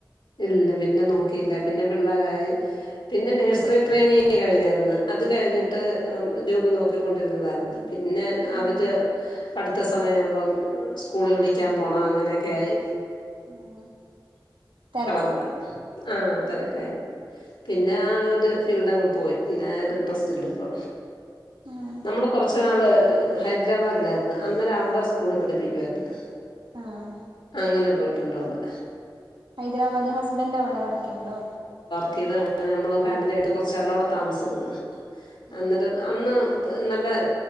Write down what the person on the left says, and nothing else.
ഇല്ല പിന്നെ നോക്കിയില്ല പിന്നെ പിള്ളാരായി പിന്നെ നേഴ്സറി
ട്രെയിനിങ് കഴിഞ്ഞായിരുന്നു. അത് കഴിഞ്ഞിട്ട്
ജോബ് നോക്കിക്കൊണ്ടിരുന്നതായിരുന്നു പിന്നെ
അവര് പടി സമയ ആവുമ്പം സ്കൂളിൽ വിളിക്കാൻ പോകണം അങ്ങനെയൊക്കെയി
കളഞ്ഞത് ആ അ തിരക്കായി പിന്നെ ആ ഒരു ഫീൽഡ് അങ്ങ് പോയി പിന്ന ഒരു ഇന്ട്രസ്റ്റ് ഇല്ല ഇപ്പൊ
നമ്മള് കൊറച്ച് നാള് ഹൈദരാബാദിലായിരുന്ന് അന്നേരം അവിടെ സ്കൂളിൽ പഠിപ്പിക്കുവായിര്ന്ന്
അങ്ങനെ പോയിട്ടുണ്ടോടെ
ത് നമ്മൾ ഫാമിലിായിട്ട് കുറച്ചളവിടെ താമസിചിർന്ന് അന്നേരം
അന്ന് നല്ല